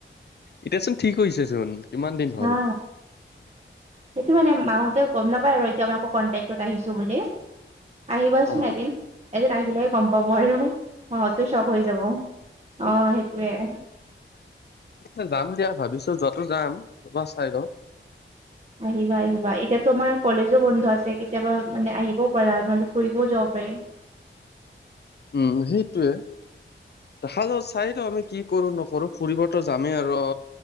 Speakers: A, on the left; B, on the right.
A: এতিয়াচোন ঠিক হৈছেচোন? কিমান দিন হ'ল।
B: হা। সেইটো মানে মাহঁতেওঁ গম নাপায় আৰু এতিয়া মই আকৌ কণ্টেক্টত আহিছো বুলি আহিবাচোন
A: অ',
B: এদিন- এদিন আহিলেহে গম পাব আৰু। হ, তো ছক হৈ যাব অ,
A: এইটো
B: সেইটোয়ে।
A: আচ্ছা, যাম দিয়া ভাবিছোঁ যোৱাতো যাম এবাৰ চাই লও।
B: আহিবা -আহিবা এতিয়াতো আমাৰ কলেজো বন্ধ আছে কেতিয়াবা মানে আহিবও পাৰা নহলে ফুৰিবও যাব পাৰিম।
A: উম, সেইটোৱে। দেখা যাও চাইতো আমি কি কৰো নকৰো ফুৰিবতো যামেই আৰু অ,